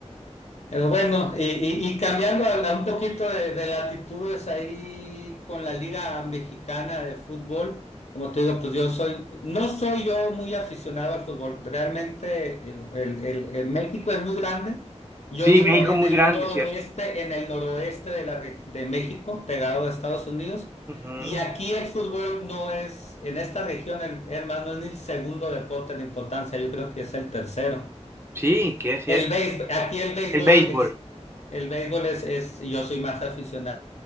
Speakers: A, on the left; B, on the right.
A: Pero bueno, y, y- y cambiando a, a un poquito de, de latitudes ahí con la Liga Mexicana de Fútbol, como te digo, pues yo soy, no soy yo muy aficionado al fútbol, realmente el, el- el- el México es muy grande, yo
B: Sí,
A: vivo
B: México
A: en
B: es muy
A: el
B: grande,
A: noroeste,
B: ¿cierto?
A: en el noroeste de, la, reg- de México, pegado a Estados Unidos,
B: Ujú.
A: y aquí el fútbol no es, en esta región, el, es más, no es ni el segundo deporte en importancia, yo creo que es el tercero.
B: Sí, que es cierto.
A: El béis- aquí el béisbol
B: El béisbol.
A: es, el béisbol es, es, yo soy más aficionado